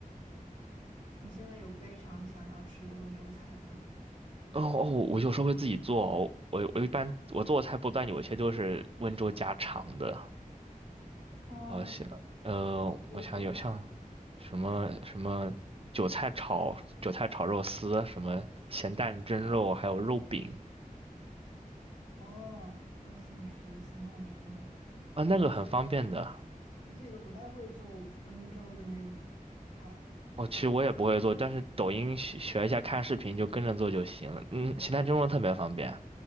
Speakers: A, on the left; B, on the right.
A: 你现在有非常想要吃的温州菜吗？
B: 哦哦，我有时候会自己做哦我我一般我做的菜不但有些都是温州家常的，
A: 哦，
B: 啊像呃，
A: 比如比如呢？
B: 我想有像什么什么韭菜炒韭菜炒肉丝，什么咸蛋蒸肉，还有肉饼
A: 哦，我也想吃咸蛋蒸肉。我我自己
B: 啊，那个很方便的。
A: 我自己都不太会做温州的那种菜。
B: 哦，其实我也不会做，但是抖音学学一下，看视频就跟着做就行。嗯，形态蒸笼特别方便，